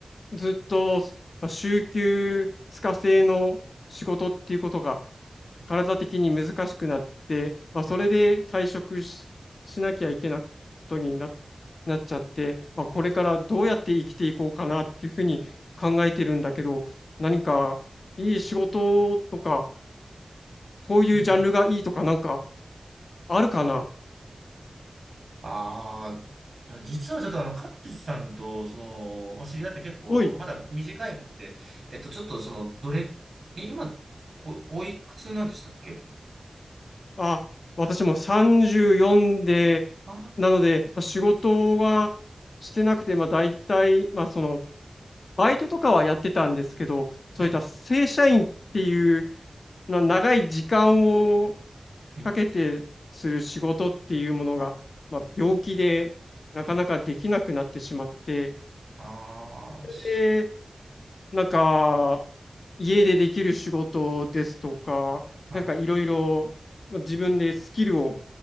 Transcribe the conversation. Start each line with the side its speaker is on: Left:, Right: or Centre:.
Left: ずっと、まあ週休2日制の仕事っていうことが
Right: はい
Left: 体的に難しくなって、まあ、
Right: はい
Left: それで退職し、しなきゃいけないことにな、なっちゃって、まあ、これからどうやって生きていこうかなっていうふうに考えてるんだけど、
Right: はい
Left: 何かいい仕事とか、こういうジャンルがいいとかなんか
Right: はい
Left: あるかな
Right: ああ、実はちょっとあの、カズさんと、その、まあ、知り合って結構、
Left: はい。
Right: まだ短いんで、えっと、ちょっとその、どれ、え、今、お、おいくつなんでしたっけ
Left: あ、私も34で
Right: あ
Left: なので、ま、仕事はしてなくて、ま、大体、ま、その、バイトとかはやってたんですけど、そういった正社員っていう、
Right: あー、はい、
Left: な長い時間を
Right: はい、
Left: かけてする仕事っていうものが、まあ、病気でなかなかできなくなってしまって、
Right: はい。ああ、す
Left: でなんか、家でできる仕事ですとか、
Right: はい、
Left: なんかいろいろ自分でスキルを